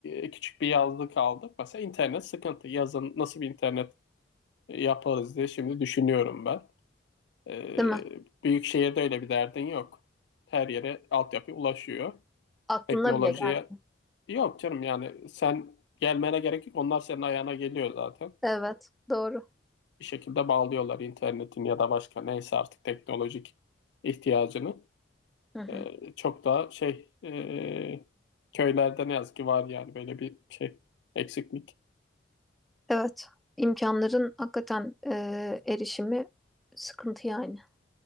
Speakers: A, on the left (about 65°); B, in the centre.
A: e, küçük bir yazlık aldık. Mesela internet sıkıntı. Yazın nasıl bir internet e, yaparız diye şimdi düşünüyorum ben. Ee,
B: Değil mi?
A: büyük şehirde öyle bir derdin yok. Her yere altyapı ulaşıyor.
B: Aklına
A: Teknolojiye
B: bile gelmiyor.
A: Yok canım yani sen gelmene gerek yok. Onlar senin ayağına geliyor zaten.
B: Evet, doğru.
A: Bir şekilde bağlıyorlar internetin ya da başka neyse artık teknolojik ihtiyacını.
B: Hı hı.
A: Ee, çok daha şey ee, köylerde ne yazık ki var yani böyle bir şey eksiklik.
B: Evet, imkanların hakikaten e, erişimi sıkıntı yani